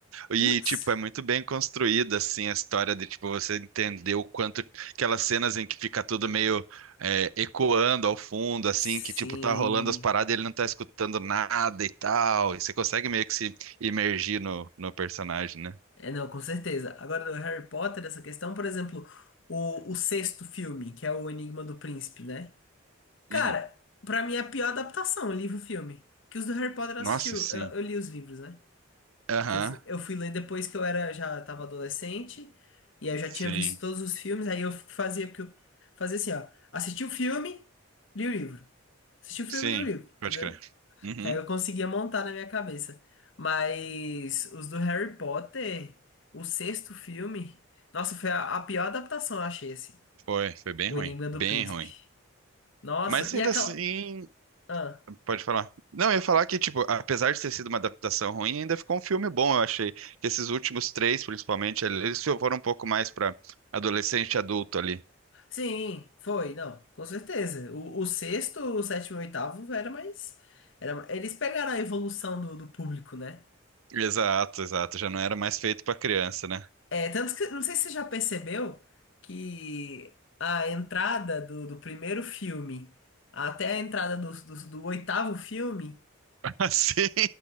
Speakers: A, on the right; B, on the left.
A: E,
B: Putz.
A: tipo, é muito bem construída, assim, a história de, tipo, você entender o quanto... Aquelas cenas em que fica tudo meio é, ecoando ao fundo, assim,
B: Sim.
A: que, tipo, tá rolando as paradas e ele não tá escutando nada e tal. E você consegue meio que se imergir no, no personagem, né?
B: É, não, com certeza. Agora, do Harry Potter, essa questão, por exemplo, o, o sexto filme, que é o Enigma do Príncipe, né? Cara,
A: Uhum.
B: pra mim é a pior adaptação, livro-filme. Que os do Harry Potter eu
A: Nossa,
B: assisti, eu,
A: sim.
B: eu li os livros, né?
A: Aham.
B: Porque eu, fu- eu fui ler depois que eu era, já tava adolescente, e aí eu já
A: Sim.
B: tinha visto todos os filmes, aí eu fazia, porque eu fazia assim, ó, assisti o filme, li o livro. Assisti o filme,
A: Sim.
B: li o livro, entendeu?
A: Pode crer. Uhum.
B: Que aí eu conseguia montar na minha cabeça. Mas os do Harry Potter, o sexto filme, nossa, foi a, a pior adaptação, eu achei, assim.
A: Foi. Foi bem
B: O
A: ruim.
B: Enigma do
A: Bem
B: Príncipe.
A: ruim.
B: Nossa,
A: Mas
B: e
A: ainda
B: aquela.
A: assim,
B: Ah,
A: Pode falar. Não, eu ia falar que, tipo, apesar de ter sido uma adaptação ruim, ainda ficou um filme bom, eu achei. Que esses últimos três, principalmente, eles foram um pouco mais pra adolescente e adulto ali.
B: sim, foi, não, com certeza. O, o sexto, o sétimo e o oitavo era mais. Era, eles pegaram a evolução do, do público, né?
A: Exato, exato. Já não era mais feito pra criança, né?
B: É, tanto que, não sei se você já percebeu que a entrada do, do primeiro filme até a entrada do, do do oitavo filme.
A: <laughs> Assim,